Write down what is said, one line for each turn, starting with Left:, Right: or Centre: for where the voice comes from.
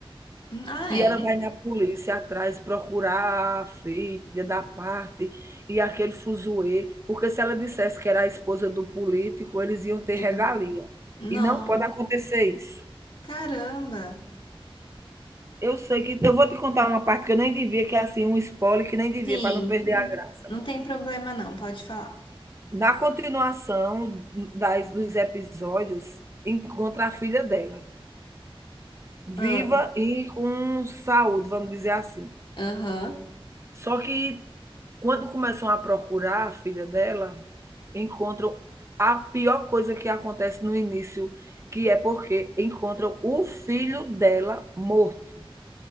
Left: Ah,
Right: E
Left: é?
Right: ela vai na polícia atrás procurar a filha da parte e aquele fuzuê, porque se ela dissesse que era a esposa do político, eles iam ter
Left: Hum,
Right: regalia.
Left: Não.
Right: E não pode acontecer isso.
Left: Caramba.
Right: Eu sei que eu vou te contar uma parte que eu nem devia, que é assim um spoiler que nem devia
Left: Sim,
Right: para não perder
Left: n-
Right: a graça.
Left: não tem problema não, pode falar.
Right: Na continuação das dos episódios, encontra a filha dela, viva
Left: Ah,
Right: e com saúde, vamos dizer assim.
Left: Aham.
Right: Só que Quando começam a procurar a filha dela, encontram a pior coisa que acontece no início, que é porque encontram o filho dela morto,